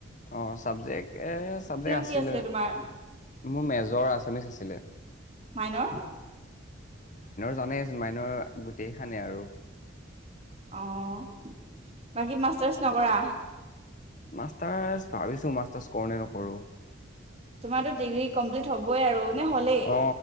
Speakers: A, on the left; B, on the right.
A: অ চাবজেক্ট এ চাবজেক্ট আছিলে
B: কি তোমাৰ
A: মোৰ মেজৰ আছামিছ আছিলে
B: মাইনৰ
A: জানাই চোন মাইনৰ গোটেই কেইখনেই আৰু
B: অঁ বাকী মাষ্টাৰ্চ নকৰা?
A: মাষ্টাৰছ ভাবিছো মাষ্টাৰছ কৰো নে নকৰো
B: তোমাৰতো ডিগ্ৰী কমপ্লিট হ'বই আৰু নে হ'লেই
A: অ